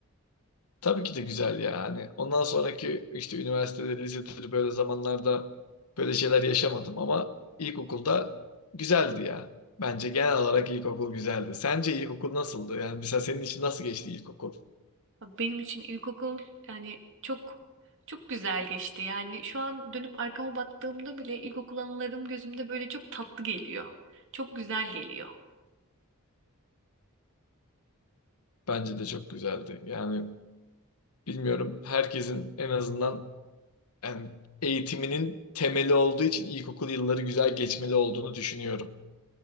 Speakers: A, on the left; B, on the right.
A: Tabii ki de güzel yani. Ondan sonraki işte üniversitede, lisede böyle zamanlarda böyle şeyler yaşamadım ama ilkokulda güzeldi ya. Bence genel olarak ilkokul güzeldi. Sence ilkokul nasıldı? Yani mesela senin için nasıl geçti ilkokul?
B: Abi Benim için ilkokul yani çok çok güzel geçti. Yani şu an dönüp arkama baktığımda bile ilkokul anılarım gözümde böyle çok tatlı geliyor. Çok güzel geliyor.
A: Bence de çok güzeldi. Yani bilmiyorum herkesin en azından yani eğitiminin temeli olduğu için ilkokul yılları güzel geçmeli olduğunu düşünüyorum.